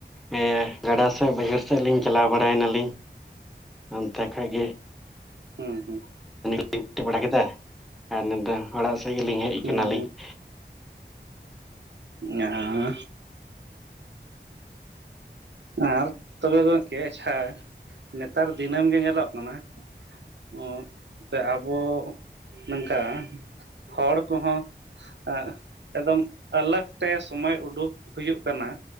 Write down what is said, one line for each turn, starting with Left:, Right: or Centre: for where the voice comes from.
Centre: ᱤᱭᱟᱹ ᱜᱟᱰᱟ ᱥᱮᱜ ᱵᱟᱹᱭᱦᱟᱹᱲ ᱥᱮᱫ ᱞᱤᱧ ᱪᱟᱞᱟᱣ ᱵᱟᱲᱟᱭᱮᱱᱟᱞᱤᱧ, ᱚᱱᱛᱮ ᱠᱷᱚᱡ ᱜᱮ
Right: ᱦᱩᱸ ᱦᱩᱸ ᱾
Centre: <inaudible> ᱵᱟᱲᱟ ᱠᱮᱫᱟ ᱟᱨ ᱱᱤᱛ ᱫᱚ ᱚᱲᱟᱜ ᱥᱮᱜ ᱜᱮᱞᱤᱧ ᱦᱮᱡ
Right: ᱦᱩᱸ
Centre: ᱠᱟᱱᱟ ᱞᱤᱧ ᱾
Right: ᱧᱟᱸᱜᱻ ᱟᱨ ᱛᱚᱵᱮ ᱜᱚᱝᱠᱮ ᱟᱪᱪᱷᱟ, ᱱᱮᱛᱟᱨ ᱫᱤᱱᱟᱹᱢ ᱜᱮ ᱧᱮᱞᱚᱜ ᱠᱟᱱᱟ ᱚᱸ ᱥᱮ ᱟᱵᱚ ᱱᱚᱝᱠᱟ ᱦᱚᱲ ᱠᱚᱦᱚᱸ ᱟᱸᱜ ᱮᱠᱫᱚᱢ ᱟᱞᱟᱜ ᱛᱮ ᱥᱚᱢᱚᱭ ᱩᱰᱩᱠ ᱦᱩᱭᱩᱜ ᱠᱟᱱᱟ,